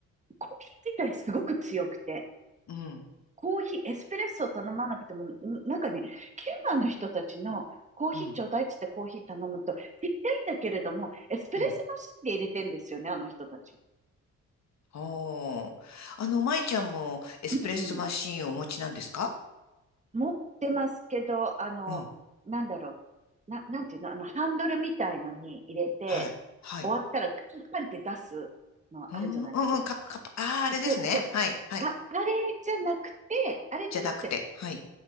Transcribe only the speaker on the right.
コーヒー自体すごく強くて、
コーヒー、エスプレッソを頼まなくても、んなんかね、キューバの人たちのコーヒーちょうだいっつってコーヒー頼むと、
ちっちゃいんだけれども、エスプレッソマシンで入れてんですよね、
あの人たち。
うん持ってますけど、あの、
なんだろう。な、なんていうの、あの、ハンドルみたいのに入れて、
終わったらカンカンって出すのあるじゃないですか。
そ、そ、あ、
あれじゃなくて、あれじゃなくて、